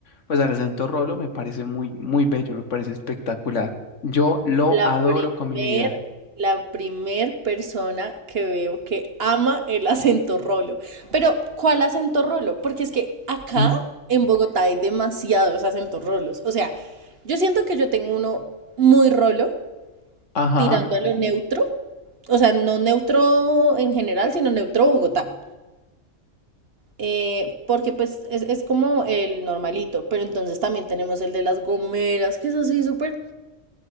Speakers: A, on the left (about 60°); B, on the right (about 50°).
A: pues el acento rolo me parece muy, muy bello, me parece espectacular. Yo lo
B: La
A: adoro
B: primer,
A: con mi vida. <clears throat>
B: la primer persona que veo que ama el acento rolo. Pero, ¿cuál acento rolo? Porque es que acá
A: Mm,
B: en Bogotá hay demasiados acentos rolos. O sea, yo siento que yo tengo uno muy rolo,
A: Ajá.
B: tirando a lo neutro. O sea, no neutro en general, sino neutro Bogotá. eh, porque pues es, es como el normalito, pero entonces también tenemos el de las gomeras, que es así súper...